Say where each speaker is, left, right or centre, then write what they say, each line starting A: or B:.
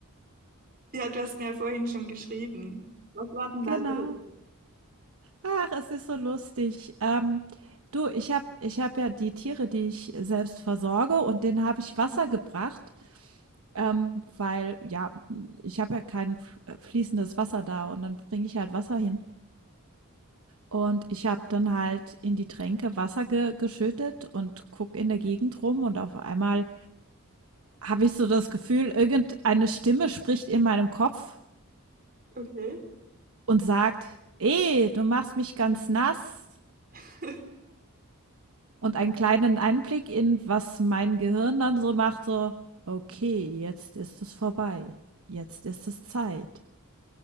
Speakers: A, on the right (about 45°); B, on the right (about 70°).
A: Ja, du hast mir ja vorhin schon geschrieben. Was war denn
B: Genau.
A: da los?
B: Ach, es ist so lustig. Ähm, du, ich hab, ich hab ja die Tiere, die ich selbst versorge und denen habe ich Wasser
A: Mhm.
B: gebracht. Ähm, weil ja, ich habe ja kein f äh, fließendes Wasser da und dann bringe ich halt Wasser hin. Und ich habe dann halt in die Tränke Wasser ge geschüttet und guck in der Gegend rum und auf einmal habe ich so das Gefühl, irgendeine Stimme spricht in meinem Kopf
A: Okay.
B: und sagt: "Eh, du machst mich ganz nass.“
A: <laughs>
B: Und einen kleinen Einblick in, was mein Gehirn dann so macht, so: „Okay, jetzt ist es vorbei. Jetzt ist es Zeit.